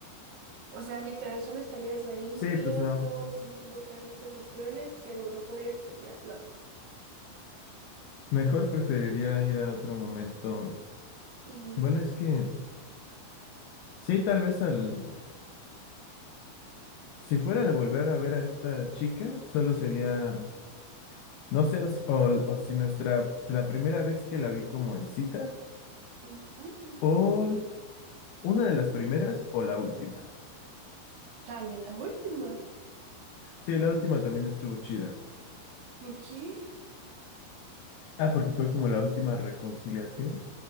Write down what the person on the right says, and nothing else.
O sea, literal, solo estarías ahí
viendo,
sintiendo otra vez las emociones, pero no podrías cambiar nada.
Mm,
mm,
Dale, la última.
¿Por qué?